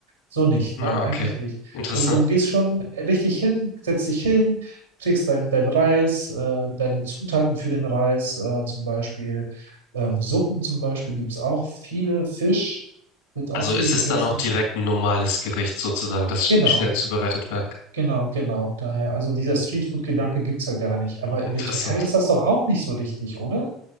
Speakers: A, on the right (about 80°); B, on the left (about 70°).
A: So nicht,
B: Ah,
A: nein,
B: okay.
A: eigentlich nicht.
B: Interessant.
A: Also du gehst schon richtig hin, setzt dich hin, kriegst dein, dein Reis, äh, deine Zutaten für den Reis, äh, zum Beispiel, ähm, Suppen zum Beispiel gibt es auch viele, Fisch wird auch
B: Also
A: viel
B: ist
A: gegessen.
B: es dann auch direkt ein normales Gericht sozusagen, das sch-
A: Genau.
B: schnell zubereitet werden kann.
A: Genau, genau. Daher, also dieser Streetfood-Gedanke gibt's ja gar nicht. Aber
B: Interessant.
A: in der Türkei ist das doch auch nicht so richtig, oder?